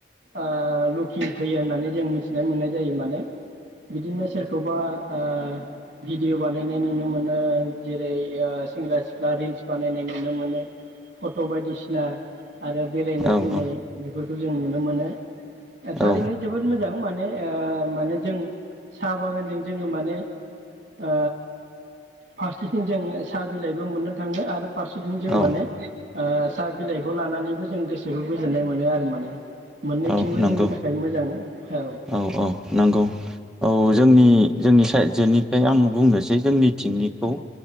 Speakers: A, on the right; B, in the centre.
A: ओ लुकिं फैयो होन्नानै जों मिथिनानै मोन्नाय जायो माने बिदिनो सोरखौबा ओ भिडिअ बानायनाय नुनो मोनो जेरै ओ सेंग्रा सिख्ला रिल्स बानायनाय नुनो मोनो फट' बायदिसिना आरो बेरायनाय
B: औ
A: फैनाय बेफोर खौ जों नुनो मोनो ओ
B: औ
A: थारैनो जोबोद मोजां माने ओ माने जों साहा बागानजों जोङो माने ओ फारसेथिं जों साहा बिलाइबो मोन्नो थाङो आरो फारसेथिं जों
B: औ
A: माने ओ साहा बिलाइखौ लानानैबो जों गोसोखौ गोजोन्नाय मोनो आरो माने मोननैथिंबो
B: औ नंगौ
A: जोंनि थाखाय मोजां। औ
B: औ औ नंगौ औ जोंनि जोंनि साइदजेनिफ्राय आं बुंनोसै जोंनिथिंनिखौ।